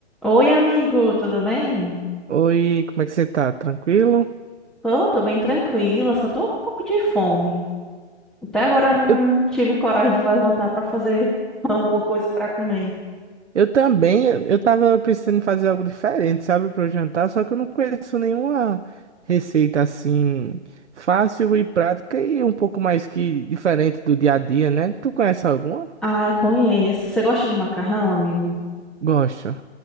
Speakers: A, in the centre; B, on the right.
A: Oi, amigo, tudo bem?
B: Oi, como é que você tá? Tranquilo?
A: Tô, tô bem tranquila, só tô um pouco de fome. Até agora eu não
B: Eu,
A: tive coragem de levantar pra fazer <laughs> alguma coisa pra comer.
B: eu também, eu eu tava pensando fazer algo diferente, sabe, para o jantar, só que eu não conheço nenhuma receita assim fácil e prática e um pouco mais que diferente do dia a dia, né? Tu conhece alguma?
A: Ah, conheço. Você gosta de macarrão, amigo?
B: Gosto.